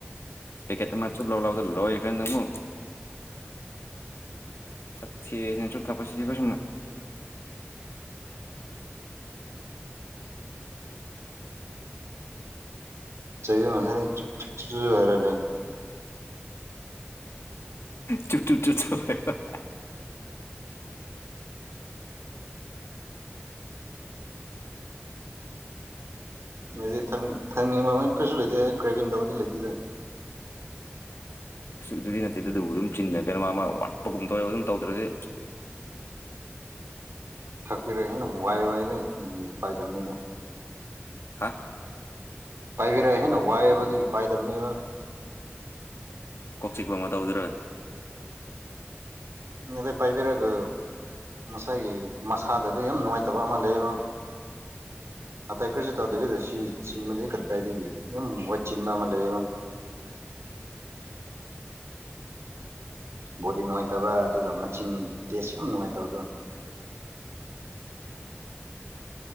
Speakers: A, on the left (about 70°); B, on the right (about 90°).
A: ꯀꯦ ꯃ ꯂ ꯂ ꯂꯣ ꯏꯐꯦꯟ ꯅꯨ ꯆꯠꯊꯦꯁꯤꯅ ꯆꯨꯞ ꯊꯛꯄꯁꯤ ꯀꯩꯁꯨꯝꯅ
B: ꯆꯍꯤ ꯃꯁ ꯆꯨꯞ ꯆꯨꯞ ꯆꯨꯞ ꯆ ꯍꯥꯏꯔꯂꯦ
A: ꯆꯨꯄ ꯆꯨꯄ ꯆ ꯆ
B: ꯑꯗꯨꯗꯤ ꯊꯪꯅꯤꯡꯕꯃꯩ ꯀꯩꯁꯨ ꯂꯩꯇꯦ ꯀ꯭ꯔꯦꯕꯤꯟꯗꯧꯕꯗꯤ ꯂꯩꯗꯣꯏꯗꯪ
A: ꯑꯗꯨꯗꯤ ꯅꯠꯇꯦꯗ ꯑꯗꯨꯕꯨ ꯑꯗꯨꯝ ꯆꯤꯟꯟꯅ ꯀꯩꯅꯣ ꯃꯥ ꯋꯥꯠꯄꯒꯨꯝꯕ ꯇꯧꯋꯦꯕ ꯑꯗꯨꯝ ꯇꯧꯗ꯭ꯔꯗꯤ
B: ꯊꯛꯄꯤꯔꯛꯑꯦꯅ ꯑꯃꯨꯛ ꯋꯥꯏ ꯋꯥꯏꯗ ꯑꯗꯨꯒꯤ ꯄꯥꯏꯗꯕꯅꯤ ꯑꯗꯨ
A: ꯍꯥ
B: ꯄꯥꯏꯕꯤꯔꯛꯑꯦ ꯍꯦꯟꯅ ꯋꯥꯏꯑꯦꯕ ꯑꯗꯨꯒꯤ ꯄꯥꯏꯗꯕꯅꯦꯕ
A: ꯀꯣꯛ ꯆꯤꯛꯄ ꯑꯃ ꯇꯧꯗꯔ
B: <unintelligible> ꯄꯥꯏꯕꯤꯔꯒ ꯃꯁꯥꯏꯒꯤ ꯃꯁꯥꯗꯗ ꯌꯥꯝ ꯅꯨꯡꯉꯥꯏꯇꯕ ꯑꯃ ꯂꯩꯌꯦꯕ ꯑꯇꯩ ꯀꯔꯤꯁꯨ ꯇꯧꯗꯕꯤꯗ ꯁꯤ ꯆꯤꯟꯕꯗꯒꯤ ꯀꯗꯥꯏꯗꯒꯤ ꯌꯥꯝ ꯋꯥꯏ ꯆꯤꯟꯕ ꯑꯃ ꯂꯩꯌꯦꯕ ꯕꯣꯗꯤ ꯅꯨꯡꯉꯥꯏꯇꯕ ꯑꯗꯨꯒ ꯃꯆꯤꯟ ꯇꯦꯁ ꯌꯥꯝ ꯅꯨꯡꯉꯥꯏꯇꯕꯗꯨ